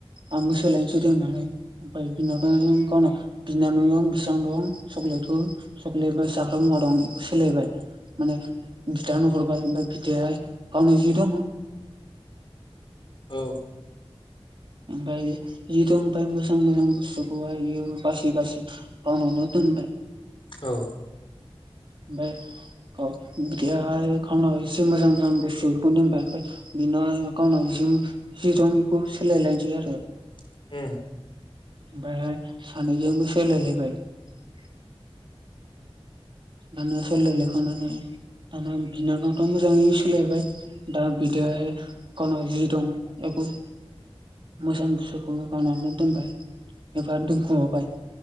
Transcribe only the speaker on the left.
औ
औ
<inaudible>